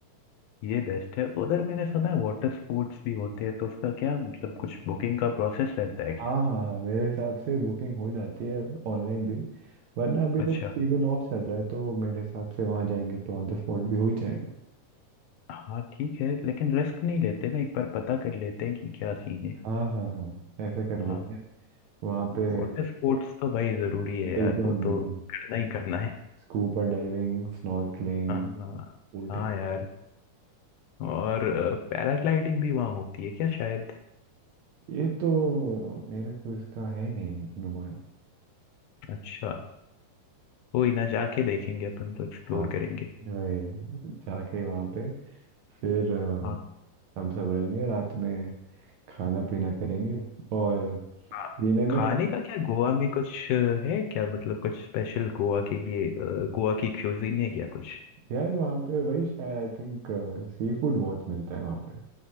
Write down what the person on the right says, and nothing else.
हाँ
हाँ हाँ मेरे हिसाब से बुकिंग हो जाती है ऑनलाइन भी वरना अभी
तो सीजन ऑफ चल रहा है तो मेरे हिसाब से वहाँ जाएंगे तो ऑन द स्पॉट भी हो ही जाएगा
हाँ हाँ हाँ ऐसा कर
लेते हैं वहाँ पे
एकदम
एकदम
Scuba diving snorkelling
boating
ये तो मेरा कोई इसका है नहीं अनुमान
हाँ
वही जाके वहाँ पे फिर अ,
हम सब रहेंगे रात में खाना पीना करेंगे और
पीने में
यार वहाँ पे वही शायद आई थिंक सी फूड बहुत मिलता है वहाँ पे